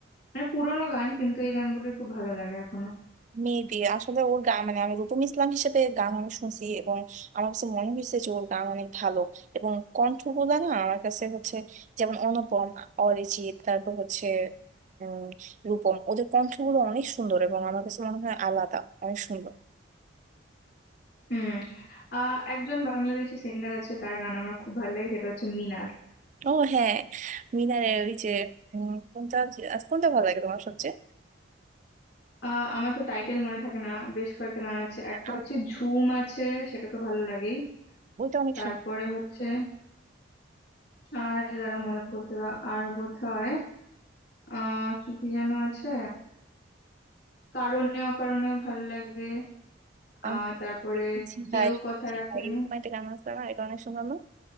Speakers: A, on the left; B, on the right.
A: মানে পুরোনো গান কিন্তু এই গানগুলো খুব ভালো লাগে এখনো
B: মেবি আসলে ওর গান মানে আমি রূপম ইসলাম হিসেবে গান আমি শুনছি এবং আমার কাছে মনে হয়েছে যে ওর গান অনেক ভালো এবং কণ্ঠগুলা না আমার কাছে হচ্ছে যেমন অনুপম অরিজিৎ তারপর হচ্ছে উম রূপম ওদের কণ্ঠগুলো অনেক সুন্দর এবং আমার কাছে মনে হয় আলাদা অনেক সুন্দর
A: হুম আহ একজন বাংলাদেশি সিঙ্গার আছে তার গান আমার খুব ভালো লাগে সেটা হচ্ছে মিনার
B: ও হ্যাঁ মিনারের ওই যে উম, কোনটা কোনটা ভালো লাগে তোমার সবচেয়ে
A: আহ আমার তো টাইটেল মনে থাকে না বেশ কয়েকটা গান আছে
B: হ্যাঁ
A: একটা হচ্ছে ঝুম আছে সেটা তো ভালো লাগেই
B: ওইটা অনেক
A: তারপরে
B: সুন্দর
A: হচ্ছে আর দাঁড়া মনে করতে দাও আর বোধহয় আহ কি কি যেন আছে কারণে অকারণেও ভালো লাগে আহ
B: আমি
A: তারপরে
B: দেখেছি
A: কেউ
B: হায়
A: কথা
B: সেই
A: রাখেনি
B: হায় এরকম একটা গান আছে না এটা অনেক সুন্দর না